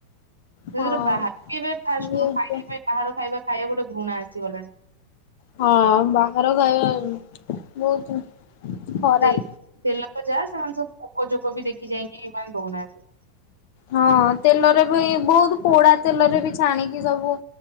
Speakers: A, on the right; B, on the left.
A: ଯୋଉଦିନ
B: ହଁ
A: ବାହାରିବେ ଫାଷ୍ଟେ
B: ନିଉଜରେ
A: ଖାଇବା ବାହାର ଖାଇବା ଖାଇବା ଗୋଟେ ଘୃଣା ଆସିଗଲାଣି।
B: ହଁ ବାହାର ଖାଇବା ବହୁତ ଖରାପ।
A: ତେ ତେଲ ଯାହା ସେମାନେ ସବୁ ପୋକ ଯୋକ ବି ଦେଖି ଚାହିଁକିବି ଦଉନାହାନ୍ତି।
B: ହଁ ତେଲରେ ବି ବହୁତ ପୋଡା ତେଲରେ ବି ଛାଣିକି ସବୁ